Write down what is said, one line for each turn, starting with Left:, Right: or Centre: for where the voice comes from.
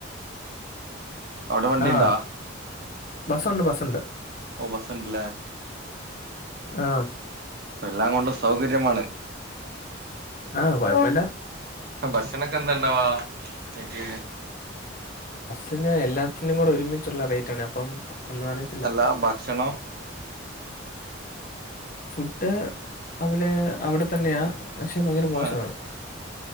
Right: അവിടെ വണ്ടിണ്ടോ?
Left: ആ ബസ്സുണ്ട് ബസ്സുണ്ട്
Right: ഓഹ് ബസ്സ്ണ്ട്ല്ലേ
Left: ആ
Right: എല്ലാം കൊണ്ട് സൗകര്യമാണ്.
Left: ആഹ് കൊഴപ്പല്ല
Right: ഭക്ഷണൊക്കെ എന്താണ്ടവാ എനിക്ക്
Left: അതിന് എല്ലാത്തിനും കൂടെ ഒരുമിച്ചുള്ള റേറ്റ് ആണ് അപ്പം ഒന്നും അറിയത്തില്ല
Right: അല്ലാ ഭക്ഷണോ
Left: ഫുഡ് അവര് അവിടെ തന്നെയാ പക്ഷെ ഭയങ്കര മോശമാണ്
Right: ആ